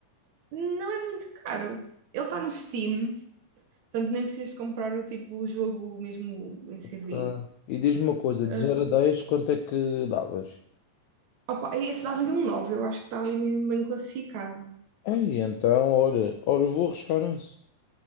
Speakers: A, on the right; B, on the left.
A: Não é muito caro. Ele está no Steam, portanto nem precisas de comprar o tipo, o jogo mesmo em CD.
B: Ok. E diz-me uma coisa,
A: Ah,
B: de zero a 10 quanto é que davas?
A: opa, esse dava-lhe um 9, eu acho que está ali mesmo bem classificado.
B: Ei, então, olha, olha, eu vou arriscar nisso.